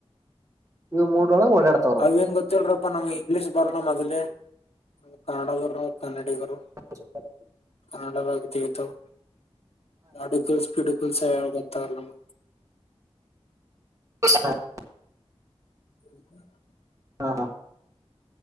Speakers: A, on the right (about 30°); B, on the left (about 70°).
A: ಇವು ಮೂಡ್ ಒಳಗ್ ಓಡ್ಯಾತ್
B: ಅವೇನ್ ಗೊತ್ತಿಲ್ರಪ್ಪಾ ನಮ್ಗೆ ಇಂಗ್ಲಿಷ್ ಬರಲ್ಲ ಮೊದ್ಲೇ ನಾವ್ ಕನ್ನಡಾದವರ್ ಕನ್ನಡಿಗರು
A: <unintelligible>
B: ಕನ್ನಡಾದಾಗ್ ತಿಳಿತಾವ್. ಮಾಡುಕೆಲ್ಸ್ ಪಿಡುಕೆಲ್ಸ್ ಗೊತ್ತಾಗಲ್ಲ ನಮ್
A: <unintelligible>
B: <inaudible>
A: ಹಾ ಹಾ.